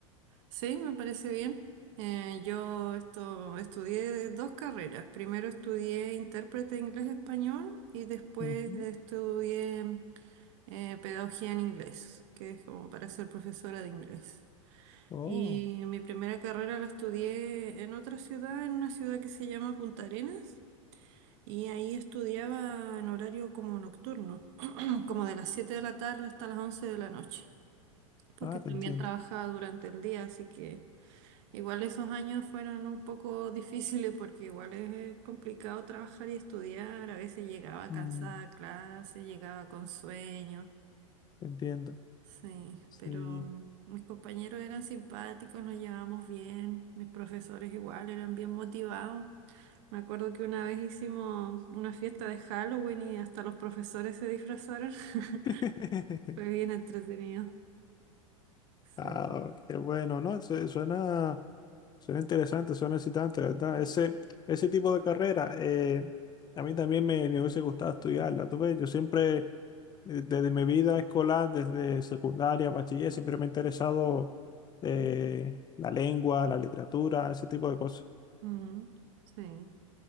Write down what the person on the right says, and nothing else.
Sí, me parece bien. Eh, yo esto, estudié dos carreras. Primero estudié intérprete inglés-español y después
estudié eh, pedagogía en inglés, que es como para ser profesora de inglés.
Y mi primera carrera la estudié en otra ciudad, en una ciudad que se llama Punta Arenas. Y ahí estudiaba en horario como nocturno, <clears throat> como de las 7 de la tarde hasta las 11 de la noche, porque
también
trabajaba durante el día, así que igual esos años fueron un poco <laughs> difíciles porque igual es complicado trabajar y estudiar, a veces llegaba
cansada a clase, llegaba con sueño,
sí,
pero mm, mis compañeros eran simpáticos, nos llevábamos bien, mis profesores igual eran bien motivados. Me acuerdo que una vez hicimos una fiesta de Halloween y hasta los profesores se disfrazaron. <laughs>
Fue bien entretenido. Sí.
Mm, sí.